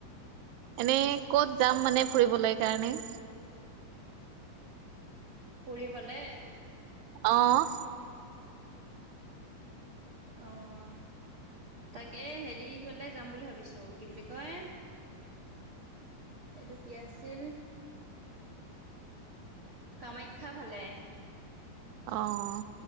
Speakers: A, on the right; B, on the right.
A: এনেই ক'ত যাম মানে, ফুৰিবলৈ কাৰণে।
B: ফুৰিবলে?
A: অহ।
B: অহ। তাকে, হেৰি ফালে যাম বুলি ভাবিছো। কি বুলি কয়? সেইটো কি আছিল? কামাখ্যা ফালে।
A: অহ।